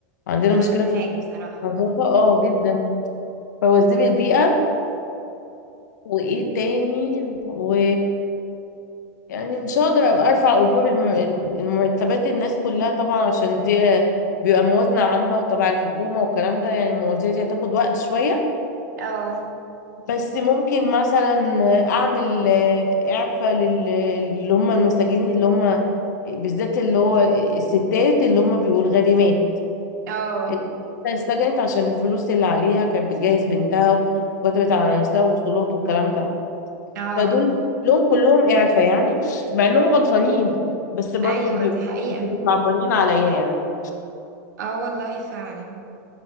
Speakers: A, on the left; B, on the right.
A: عندنا
B: مش ألذ
A: مشكله
B: حاجة
A: في
B: بصراحة
A: النظافه اه جدا فوزير البيئه وايه تاني و يعني مش هقدر ابقى ارفع اجور الم- المرتبات الناس كلها طبعا عشان دي بيبقى موازنة عامة وتبع الحكومة والكلام ده يعني المواضيع دي هتاخد وقت شوية
B: اه
A: بس ممكن مثلا اعمل آه، اعفاء لل- اللي هم المساجين اللي هم بالذات اللي هو الستات اللي هم بيقول غريمات
B: اه
A: اللي اتسجنت عشان الفلوس اللي عليها كانت بتجهز بنتها وكتبت على نفسها وصولات والكلام ده
B: اه
A: فدول لهم كلهم إعفاء يعني مع إنهم غلطانين بس برضو
B: ايوه
A: بيبقوا
B: دي حقيقة
A: بيبقوا صعبانين عليا يعني
B: اه والله فعلا